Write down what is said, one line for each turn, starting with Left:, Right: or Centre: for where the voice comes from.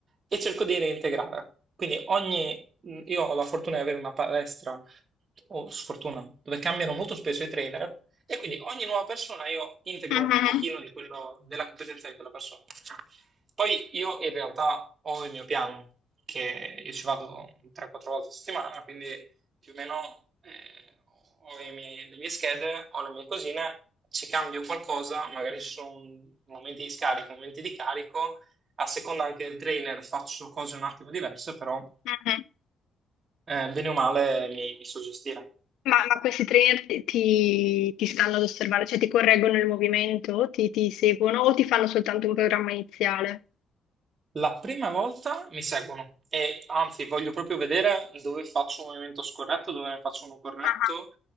Right: e cerco di reintegrare. Quindi ogni, io ho la fortuna di avere una palestra, o sfortuna, dove cambiano molto spesso i trainer e quindi ogni nuova persona io integro
Left: Mhm,
Right: un pochino di quello, della competenza di quella persona. Poi io in realtà ho il mio piano, che io ci vado 3-4 volte a settimana, quindi più o meno eh, ho i miei- le mie schede, ho le mie cosine, ci cambio qualcosa, magari ci sono momenti di scarico, momenti di carico, a seconda anche del trainer faccio cose un attimo diverse, però
Left: mhm.
Right: eh, bene o male mi, mi so gestire.
Left: Ma, ma questi trainer ti, ti- ti stanno ad osservare, cioè ti correggono il movimento, ti, ti seguono o ti fanno soltanto un programma iniziale?
Right: La prima volta mi seguono e anzi voglio proprio vedere dove faccio un movimento scorretto, dove ne faccio uno corretto
Left: Ah,